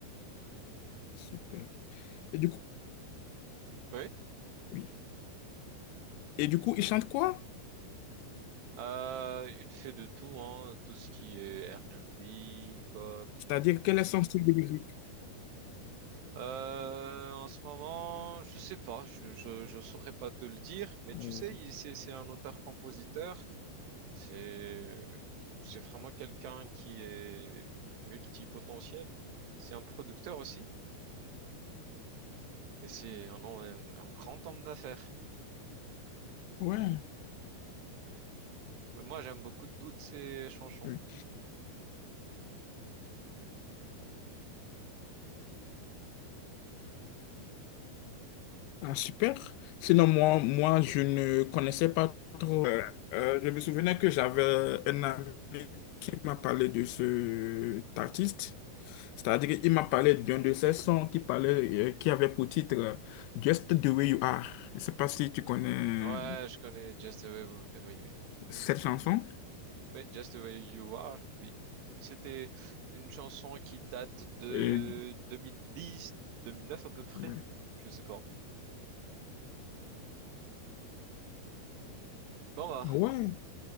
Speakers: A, on the left; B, on the right.
A: Super. Et du coup,
B: Oui.
A: oui. Et du coup, il chante quoi?
B: Euh, il fait de tout, hein, tout ce qui est R&B, pop.
A: C'est-à-dire, quel est son style de musique?
B: Euh, en ce moment, je sais pas, je, je, je saurais pas te le dire, mais tu
A: Euh,
B: sais, il- c'est, c'est un auteur-compositeur. C'est, c'est vraiment quelqu'un qui est multipotentiel. C'est un producteur aussi. Et c'est un, un, un grand homme d'affaires.
A: Ouais,
B: Mais moi, j'aime beaucoup toutes ses chansons.
A: oui. Ah, super. Sinon, moi, moi, je ne connaissais pas trop. Euh, euh, je me souvenais que j'avais un ami qui m'a parlé de cet artiste. C'est-à-dire, il m'a parlé d'un de ses sons qui parlait, euh, qui avait pour titre euh, Just the way you are. Je ne sais pas si tu connais
B: Ouais, je connais Just the Way, We- oui, oui.
A: cette chanson.
B: Oui, Just the Way You Are, oui. C'était une chanson qui date de
A: Et,
B: 2010, 2009 à peu près.
A: ouais.
B: Je sais pas. Bon, bah.
A: Ah Ouais.